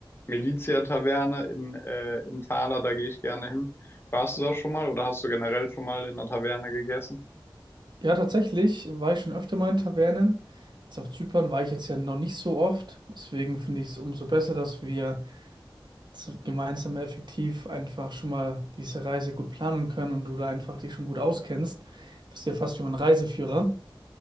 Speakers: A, on the left; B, on the right.
A: Milizia-Taverne in, äh, in Thaler, da gehe ich gerne hin. Warst du da schon mal oder hast du generell schon mal in einer Taverne gegessen?
B: Ja, tatsächlich war ich schon öfter mal in Tavernen. Jetzt auf Zypern war ich jetzt ja noch nicht so oft. Deswegen finde ich es umso besser, dass wir z- gemeinsam effektiv einfach schon mal diese Reise gut planen können und du da einfach dich schon gut auskennst. Bist ja fast wie mein Reiseführer.